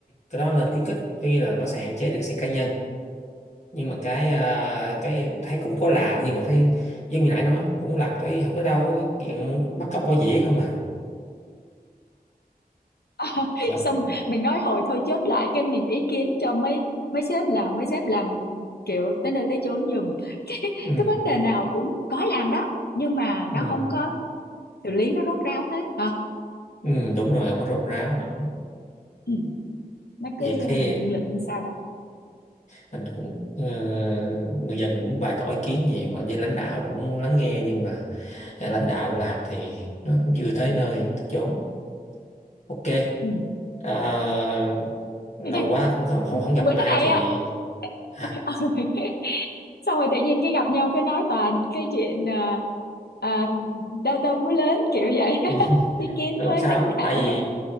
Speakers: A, on the left; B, on the left.
A: cái đó nên khuyến khích có nghĩa là nó sẽ hạn chế được cái xe cá nhân nhưng mà cái à, cái thấy cũng có làm nhưng mà thấy giống như nãy nói cũng làm tới không tới đâu á, chuyện bắt cóc bỏ dĩa không à
B: <laughs>
A: thiệt
B: xong mình nói hồi thôi chốt lại cái mình ý kiến cho mấy mấy sếp làm mấy sếp làm kiểu tới nơi tới chốn giùm <laughs> cái
A: ừ,
B: cái vấn đề nào cũng có làm đó nhưng mà nó
A: ừ,
B: không có xử lý nó rốt ráo hết hả
A: ừ, đúng rồi không có rốt ráo nổi
B: ừ. nó cứ
A: vậy cái
B: lững lững sao đó
A: ờ, mình cũng ờ, người dân mình cũng bày tỏ ý kiến nhiều à. với lãnh đạo cũng lắng nghe nhưng mà à, lãnh đạo làm thì nó cũng chưa tới nơi tới chốn ok
B: ừ.
A: Ờ, lâu
B: Thế thì
A: quá cũng không không, không gặp
B: bữa
A: Mai
B: nay
A: thì
B: á
A: hả
B: <laughs> xong rồi tự nhiên cái gặp nhau cái nói toàn cái chuyện à, à, đau tâm vú lớn kiểu vậy <laughs>
A: Ừ.
B: ý kiến
A: Ờ,
B: với
A: không sao
B: lãnh đạo
A: tại vì
B: rồi